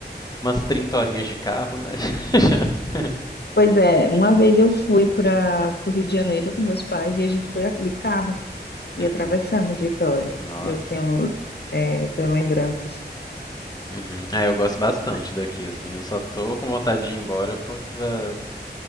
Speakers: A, on the left; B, on the left.
A: umas 30 horinhas de carro, né? <laughs>
B: Pois é, uma vez eu fui para o Rio de Janeiro com meus pais e a gente foi a- de carro e
A: Uhum.
B: atravessamos Vitória.
A: Nossa.
B: Eu tenho, é, eu tenho lembranças.
A: Uhum. É, eu gosto bastante
B: Mas
A: daqui, assim. Eu só tô com vontade de ir embora pra, pra